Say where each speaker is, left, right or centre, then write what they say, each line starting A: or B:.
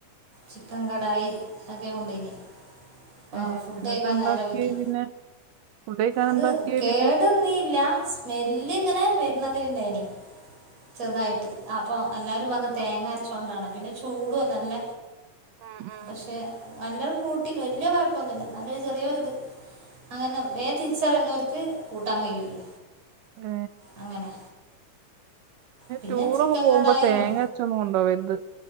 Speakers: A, on the right (about 50°); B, on the right (about 80°).
A: ചിക്കൻ കടായി അ ഒക്കെ കൊണ്ടോയിന്യേ. അപ്പോ
B: ഏഹ്
A: ഫുഡയിക്കാൻ
B: എന്നിട്ട് എന്താക്കിയേ
A: നേരം വൈകി
B: പിന്നെ ഫുഡ് കഴിക്കാൻ
A: അത്
B: എന്താക്കിയേ
A: കേടന്നീല്ല.
B: പിന്നെ
A: സ്മെല്ല് ങ്ങനെ വര്നാതിരിണ്ടായിനി ചെർതായിട്ട് അപ്പം. എല്ലാരും പർഞ്ഞ് തേങ്ങ അര്ച്ചൊണ്ടാണ് പിന്നെ ചൂടും അല്ലേ നല്ല.
B: മ് മ്
A: പക്ഷെ യെല്ലാരും കൂട്ടിണ് വല്യ കൊയ്പൊന്നുല്ല എന്നാലും ചെറ്യോരു ഇത്. അങ്ങനെ വേം തിര്ച്ചറിണോൽക്ക് കൂട്ടാൻ കയ്യൂല.
B: ഏ.
A: അങ്ങനെ. പിന്നെ
B: ടൂറൊക്കെ
A: ചിക്കൻ
B: പോവുമ്പോ
A: കടായും
B: തേങ്ങ അര്ച്ചൊന്നും കൊണ്ടോവര്ത്